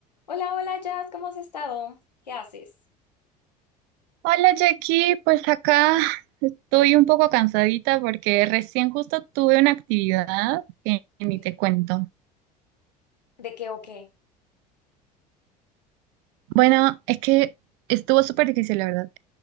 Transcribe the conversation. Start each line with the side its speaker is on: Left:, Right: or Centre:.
Left: Hola, hola, Jazz, ¿cómo has estado? ¿Qué haces?
Right: Hola Jackie, pues acá estoy un poco cansadita porque recién justo tuve una actividad que ni
Left: Ok.
Right: te cuento.
Left: ¿De qué o qué?
Right: Bueno, es que estuvo súper difícil, la verdad.